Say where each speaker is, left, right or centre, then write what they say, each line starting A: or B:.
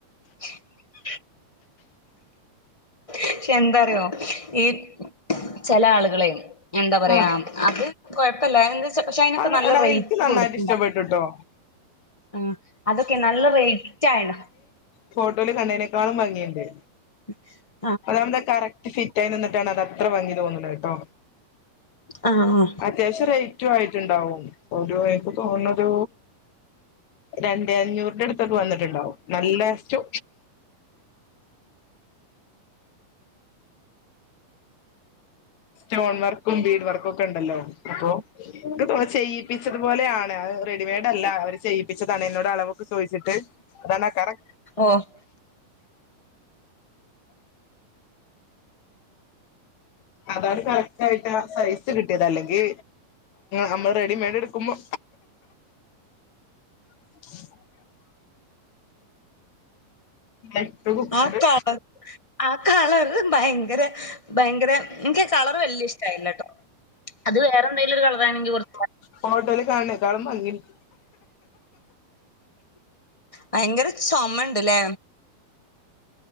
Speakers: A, on the left (about 15°); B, on the left (about 60°).
A: ജ്ജ്ക്ക് പക്ഷെ എന്താറിയോ ഈ ചില ആളുകളേയ് എന്താ പറയാ
B: ആ
A: അത് കൊഴപ്പല്ലാ പക്ഷെ അതിനൊക്കെ
B: അത്
A: നല്ല
B: എടാ
A: റേറ്റ്
B: എനിക്ക് നന്നായിട്ട്
A: കൊടുക്ക്‌ണ്ടല്ലോ
B: ഇഷ്ടപ്പെട്ടുട്ടോ
A: ആഹ് അതൊക്കെ നല്ല റേറ്റ് ആയണ്
B: ഫോട്ടോയിൽ കണ്ടേനേക്കാളും ഭംഗിയുണ്ട്
A: ണ്ണി
B: അതാവുമ്പോ കറക്റ്റ് ഫിറ്റ് ആയി നിന്നിട്ടാണ് അത ത്ര ഭംഗിതോന്ന്ണഹ് ട്ടോ
A: ആഹ്
B: അത്യാവശ്യം റേ റ്റുആയിട്ടുണ്ടാവും ഒരു എനിക്ക് തോന്ന്ണത് രണ്ടേ അഞ്ഞൂറിന്റെടുത്തൊക്കെ വന്നിട്ടുണ്ടാവും നല്ല സ്റ്റോ സ്റ്റോൺ വർക്കും ന്റീട് വർക്കും ഒക്കെണ്ടല്ലോ അപ്പൊ ക്ക് തോന്ന് ചെയ്യിപ്പിച്ചതു പോലെയാണ് അത് റെഡിമെയ്ഡ് അല്ല അവര് ചെയ്യി പ്പിച്ചതാണ് എന്നോട് അളവൊക്കെ ചോയിച്ചിട്ട് അതാണക്കാരം
A: ആഹ്
B: അതാണ് കറക്റ്റ് ആയിട്ട് ആ സൈസ് കിട്ടിയത് അല്ലെങ്കി നമ്മള് റെഡിമെയഡ് ഇട്ക്കുമ്പോ <unintelligible> ഏറ്റവും
A: ആ
B: കൂട്
A: കളറ് ആ കളറ് ഭയങ്കരെ ഭയങ്കര ഇൻക്ക് കളറ് വല്യെ ഇഷ്ടായില്ലട്ടോ അത് വേറെ എന്തെലും ഒരു കളറാണെങ്കിൽ കൊറച്ചൂടെ
B: ഫോട്ടോല് കാണേക്കാളും ഭംഗി ഇണ്ട്
A: ഭയങ്കര ചൊമണ്ട്ല്ലേ